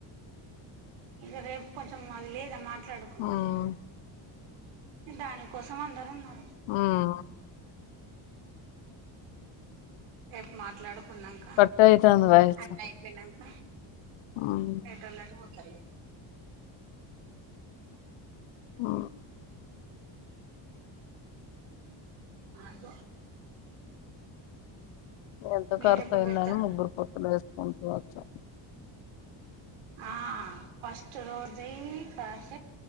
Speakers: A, on the right; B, on the left.
A: ఇగ రేపు కొంచం అది లేదా మాట్లాడుకునేది.
B: ఉమ్,
A: దానికోసం అందరు ఉన్నారు
B: ఉమ్.
A: రేపు మాట్లాడు కున్నంక
B: కట్ అయితాంది వయసు
A: అంత అయిపోయినంక
B: ఉమ్,
A: ఎటోళ్ళు అట్ పోతరు ఇగా.
B: ఆ
A: అద
B: ఎంత
A: మీరెప్పుడు
B: ఖర్చు అయిందని
A: పెడతారు
B: ముగ్గురు పొత్తుల ఎసుకుంట వచ్చు
A: ఆ ఫస్ట్ రోజే కాస